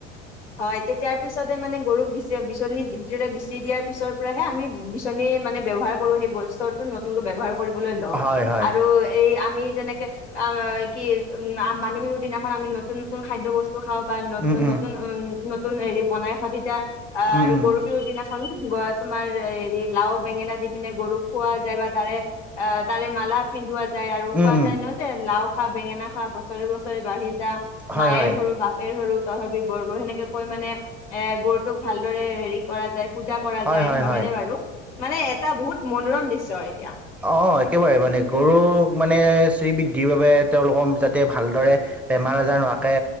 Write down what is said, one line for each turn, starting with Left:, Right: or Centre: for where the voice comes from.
Left: হয় তেতিয়াৰ পিছ পিছতে মানে গৰুক বিচি বিচনী ব বিচি দিয়াৰ পিছৰ পৰাহে আমি বিচনী মানে ব্যৱহাৰ কৰো সেই শস্য নতুনকৈ ব্যৱহাৰ কৰিবলৈ লয়
Centre: হয় হয়
Left: আৰু এই আম আমি যেনেকে আ কি উম মানুহ বিহু দিনাখন আমি নতুন নতুন খাদ্যয় বস্তু খাওঁ বা নতুন
Centre: উম উম
Left: নতুন উ নতুন হেৰি বনাই খতি আহ
Centre: উম
Left: আৰু
Centre: উম
Left: গৰু বিহুৰ দিনা গ তোমাৰ হেৰি লাও বেঙেনা দি পিনে গৰুক খোৱা যায় বা তাৰে অ তাৰে মালা পিন্ধোৱা যায় আৰু
Centre: উম
Left: কোৱা
Centre: উম
Left: যায় ন যে লাও খা বেঙেনা খা বছৰে বছৰে বাঢ়ি যা
Centre: হয়
Left: মায়েৰ
Centre: হয়
Left: সৰু বাপেৰ সৰু তয় বৰগ সেনেকে কৈ মানে এ গৰুটোক ভালদৰে হেৰি কৰা যায় পূজা কৰা
Centre: হয়
Left: যায়
Centre: হয়
Left: নহয়নে
Centre: হয়
Left: বাৰু মানে এটা বহুত মনোৰম দৃশ্য হয় এতিয়া
Centre: অ', একেবাৰে মানে গৰু মানে বৃদ্ধিৰ বাবে তেওঁলোকৰ যাতে ভালদৰে বেমাৰ আজাৰ নোৱাকৈ